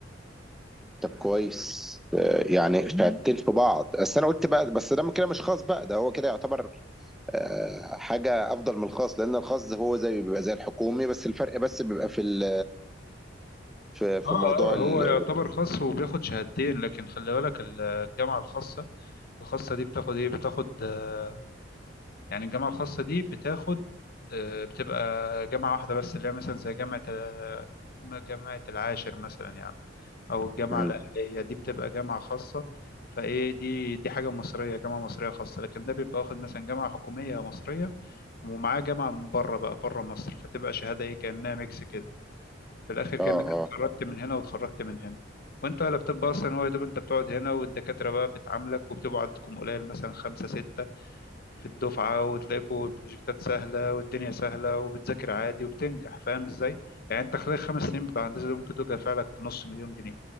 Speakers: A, in the centre; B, on the left (about 55°).
A: طب كويس آه، يعني مم. شهادتين في بعض بس انا قلت بقى بس ده كده مش خاص بقى ده هو كده يعتبر آه، حاجه افضل من الخاص لان الخاص ده هو زي بيبقى زي الحكومي بس الفرق بس بيبقى في ال- في في
B: اه
A: موضوع
B: اه
A: ال
B: هو يعتبر خاص وبياخد شهادتين لكن خلي بالك الجامعة الخاصة الخاصة دي بتاخد ايه بتاخد آه، يعني الجامعة الخاصة دي بتاخد آه، بتبقى جامعة واحدة بس اللي هي مثلا زي جامعة آه، جامعة العاشر مثلا يعني أو الجامعة
A: مم.
B: الأهلية دي بتبقى جامعة خاصة فايه دي دي حاجة مصرية جامعة مصرية خاصة لكن ده بيبقى واخد مثلا جامعة حكومية مصرية ومعاه جامعة من بره بقى بره مصر فتبقى شهادة ايه كأنها ميكس كده في الاخر كانك
A: اه اه
B: اتخرجت من هنا واتخرجت من هنا وانت ولا بتبقى اصلا هو يا دوب انت بتقعد هنا والدكاتره بقى بتعاملك وبتبقوا عددكم قليل مثلا خمسة ستة في الدفعه وتلاقوا البروجكتات سهله والدنيا سهله وبتذاكر عادي وبتنجح فاهم ازاي يعني انت خلال خمس سنين بتوع هندسه دول ممكن تدفع لك نص مليون جنيه